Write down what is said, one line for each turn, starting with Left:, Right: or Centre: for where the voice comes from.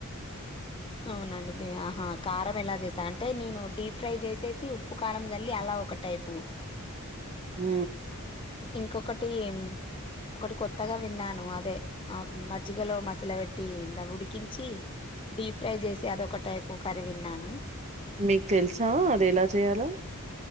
Left: అవునండి బి అహా కారం ఎలా జేస్తా అంటే నేను డీప్ ఫ్రై జేసేసి, ఉప్పు కారం చల్లి, అల్ల. ఒక టైపు
Right: మ్
Left: ఇంకొకటి ఒకటి కొత్తగా విన్నాను అదే అ మ జ్జి గలో మసుల పెట్టి దాన్ని ఉడికించి డీప్ ఫ్రై చేసి అదొక టైపు కర్రీ విన్నాను
Right: మీక్ తెలుసా అది ఎలా చేయలో